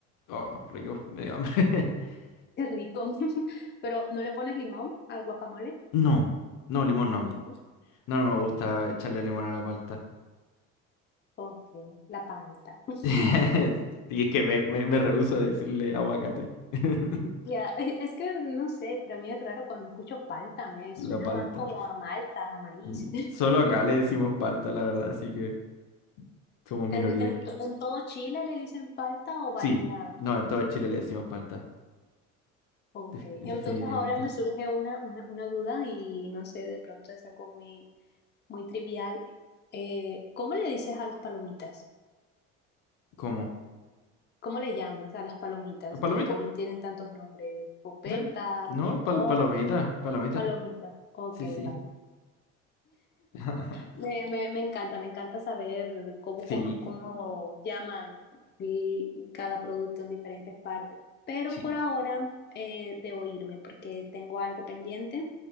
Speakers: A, on the left (about 60°); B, on the left (about 30°).
A: Oh, rico, <laughs> me dio hambre. <laughs>
B: Qué rico. <laughs> Pero, ¿no le pones limón al guacamole?
A: No, no, limón no.
B: No.
A: No, no
B: Ok,
A: me gusta echarle limón a la palta.
B: ok. La palta. <laughs>
A: <laughs> Y es que me, me, me rehúso a decirle aguacate. <laughs>
B: Ya, e- es que no sé, para mí es raro cuando escucho palta, me
A: La
B: suena
A: palta.
B: más como a malta, a maíz.
A: Ni-
B: <laughs>
A: Solo acá le decimos palta, la verdad, así que somos minoría.
B: ¿En, en, to- en todo Chile le dicen palta o varía?
A: Sí, no, en todo Chile le decimos palta,
B: Ok,
A: def- definitivamente.
B: entonces ahora me surge una, una, una duda y no sé, de pronto es algo muy, muy trivial. Eh, ¿cómo le dices a las palomitas?
A: ¿Cómo?
B: ¿Cómo le llamas a las palomitas
A: ¿Palomita?
B: que también tienen tantos nombres? Popetas,
A: Sí. No,
B: popcorn,
A: pal- palomita, palomita.
B: palomitas. Ok,
A: Sí, sí.
B: vale.
A: <laughs>
B: Me, me, me encanta, me encanta saber cómo, con-
A: Sí,
B: cómo llaman y- cada producto en diferentes partes. Pero
A: sí.
B: por ahora eh, debo irme porque tengo algo pendiente.